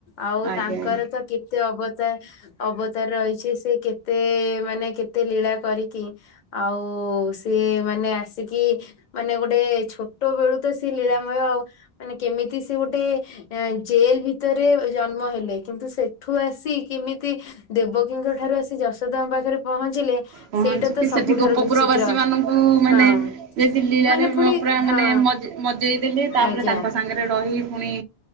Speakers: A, on the left (about 50°); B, on the right (about 85°).
A: ଆଉ
B: ଆଜ୍ଞା।
A: ତାଙ୍କର ତ କେତେ ଅବତାର ଅବତାର ରହିଛି ସେ କେତେ ମାନେ କେତେ ଲୀଳା କରିକି ଆଉ ସିଏ ମାନେ ଆସିକି ମାନେ ଗୋଟେ ଛୋଟ ବେଳୁ ତ ସେ ଲୀଳାମୟ ଆଉ ମାନେ କେମିତି ସେ ଗୋଟେ ଜେଲ ଭିତରେ ଜନ୍ମ ହେଲେ କିନ୍ତୁ ସେଠୁ ଆସି କେମିତି ଦେବକୀଙ୍କ ଠାରୁ ଆସି ଯଶୋଦାଙ୍କ ପାଖରେ ପହଞ୍ଚିଲେ
B: ପହଞ୍ଚିକି
A: ସେଇଟା ତ
B: ସେଠି
A: ସବୁଠାରୁ
B: ଗୋପପୁର
A: ବିଚିତ୍ର
B: ବାସୀ ମାନଙ୍କୁ ମାନେ
A: ହଁ
B: ଦି ଲ୍ଲୀଳାରେ
A: ମାନେ ପୁଣି
B: ପୁରା
A: ହଁ
B: ମାନେ ମଜେ ମଜେଇ ଦେଲେ ତାପରେ
A: ଆଜ୍ଞା।
B: ତାଙ୍କ ସାଙ୍ଗରେ ରହି ପୁଣି